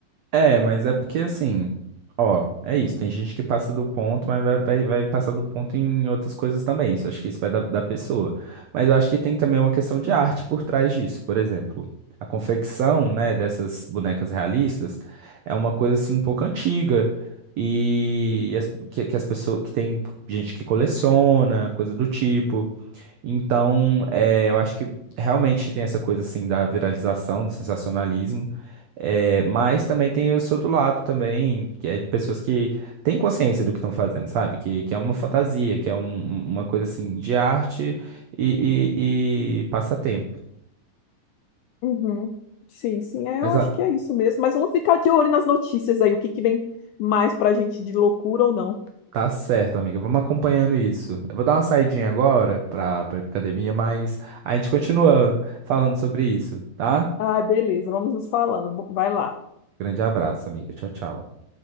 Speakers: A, on the right; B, on the left.
A: É, mas é porque assim, ó, é isso. Tem gente que passa do ponto, mas vai, vai, vai passar do ponto em outras coisas também. Isso, eu acho que isso vai da, da pessoa. Mas eu acho que tem também uma questão de arte por trás disso. Por exemplo, a confecção, né, dessas bonecas realistas é uma coisa assim um pouco antiga. E as- que, que as pessoas que tem gente que coleciona, coisa do tipo. Então, é, eu acho que realmente tem essa coisa assim da viralização, do sensacionalismo, é, mas também tem esse outro lado também, que é de pessoas que têm consciência do que estão fazendo, sabe? Que, que é uma fantasia, que é um- uma coisa assim de arte e, e, e passatempo.
B: Uhum. Sim, sim, é,
A: Mas
B: eu acho
A: ah,
B: que é isso mesmo. Mas vamos ficar de olho nas notícias aí, o que que vem mais pra gente de loucura ou não.
A: tá certo, amiga, vamos acompanhando isso. Eu vou dar uma saidinha agora para pra pra ir pra academia, mas a gente continua falando sobre isso, tá?
B: Ah, beleza, vamos nos falando. Bo- Vai lá.
A: Grande abraço, amiga. Tchau, tchau.